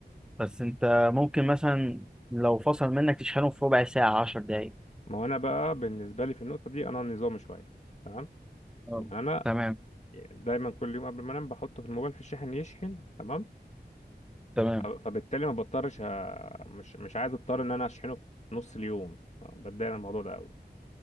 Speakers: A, in the centre; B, on the left.
A: بس انت ممكن مثلا لو فصل منك تشحنه في ربع ساعة عشر دقايق
B: ما هو انا بقى بالنسبه لي في النقطه دي انا نظامي شويه تمام
A: آه،
B: يعني انا
A: تمام
B: دايما كل يوم قبل ما انام بحطه في الموبايل في الشاحن يشحن تمام
A: تمام
B: فب- فبالتالي ما بضطرش ه... مش مش عايز اضطر ان انا اشحنه في نص اليوم بتضايق من الموضوع ده قوي